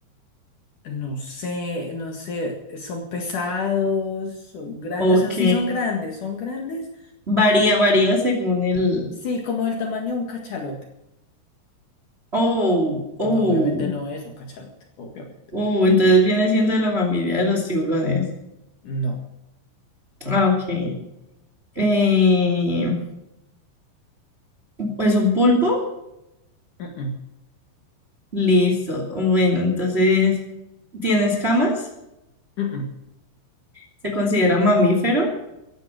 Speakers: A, on the left; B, on the right.
A: No sé, no sé, son pesados, son grandes,
B: Ok.
A: o sea, sí son grandes, son grandes,
B: Varía, varía según el...
A: sí, como del tamaño de un cachalote.
B: Oh,
A: Pero
B: oh.
A: pues obviamente no es un cachalote, obviamente.
B: Uh, entonces viene siendo de la familia de los tiburones.
A: No.
B: Ah, ok. Eh, ¿es un pulpo,
A: Mm-mm,
B: listo. Bueno, entonces tiene escamas,
A: mm-mm.
B: se considera mamífero,